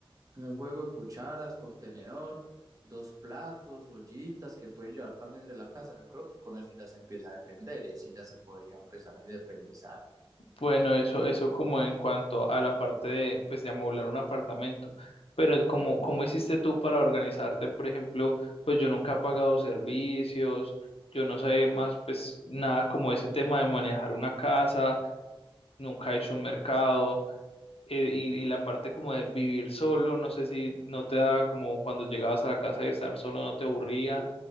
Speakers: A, on the right; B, on the left.
A: un juego de cucharas, contenedor, dos platos, ollitas que puede llevar también de la casa. Yo creo que con eso ya se empieza a defender y ahí sí ya se podría empezar a independizar.
B: Bueno, eso, eso como en cuanto a la parte de, pues, de amoblar un apartamento. Pero el- ¿cómo, cómo hiciste tú para organizarte? Por ejemplo, pues yo nunca he pagado servicios, yo no sé más, pues nada como ese tema de manejar una casa, nunca he hecho un mercado, eh, y, y la parte como de vivir solo, no sé si no te daba como cuando llegabas a la casa y estar solo no te aburría,